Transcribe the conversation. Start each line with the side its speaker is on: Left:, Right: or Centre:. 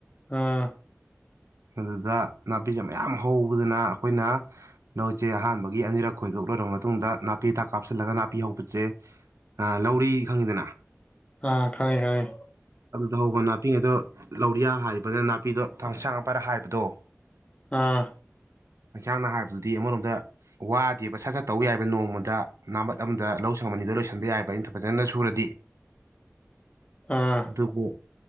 Left: ꯑꯥ
Right: ꯑꯗꯨꯗ ꯅꯥꯄꯤꯁꯦ ꯃꯌꯥꯝ ꯍꯧꯕꯗꯅ ꯑꯩꯈꯣꯏꯅ ꯂꯧꯁꯦ ꯑꯍꯥꯟꯕꯒꯤ ꯑꯅꯤꯔꯛ ꯈꯣꯏꯗꯣꯛꯂꯣꯏꯔꯕ ꯃꯇꯨꯡꯗ ꯅꯥꯄꯤꯗ ꯀꯥꯞꯁꯤꯜꯂꯒ ꯅꯥꯄꯤ ꯍꯧꯕ ꯁꯦ ꯂꯧꯔꯤ ꯈꯪꯉꯤꯗꯅ
Left: ꯑ ꯈꯪꯉꯦ ꯈꯪꯉꯦ
Right: ꯑꯗꯨꯗ ꯍꯧꯕ ꯅꯥꯄꯤ ꯑꯗꯣ ꯂꯧꯔꯤꯌꯥ ꯍꯥꯏꯕꯅ ꯅꯥꯄꯤꯗꯣ ꯍꯁꯥꯡ ꯄꯔ ꯍꯥꯏꯕꯗꯣ
Left: ꯑꯥ
Right: ꯍꯟꯁꯥꯡꯅ ꯍꯥꯏꯕꯗꯨꯗꯤ ꯑꯃꯔꯣꯝꯗ ꯋꯥꯗꯦꯕ ꯁꯥ ꯁꯠ ꯁꯠ ꯇꯧ ꯌꯥꯏꯕ ꯅꯣꯡꯃꯗ ꯅꯥꯃꯠ ꯑꯃꯗ ꯂꯧ ꯁꯪ ꯑꯃꯅꯤ ꯑꯅꯤꯗ ꯂꯣꯏꯁꯤꯟꯕ ꯌꯥꯏꯕ ꯑꯩꯅ ꯐꯖꯅ ꯁꯨꯔꯗꯤ
Left: ꯑꯥ
Right: ꯑꯗꯨꯕꯨ